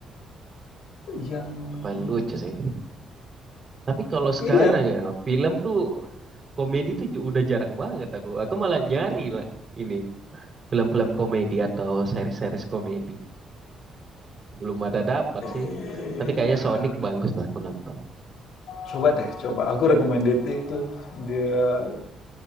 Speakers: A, on the left; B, on the right.
A: yang
B: Paling lucu sih. Tapi kalau
A: iya
B: sekarang ya film tuh komedi tuh ju- udah jarang banget aku. Aku malah nyari lah ini film-film komedi atau series-series komedi. Belum ada dapat sih.
A: iya
B: Tapi kayaknya Sonic bagus lah aku nonton.
A: coba deh coba aku recommended itu dia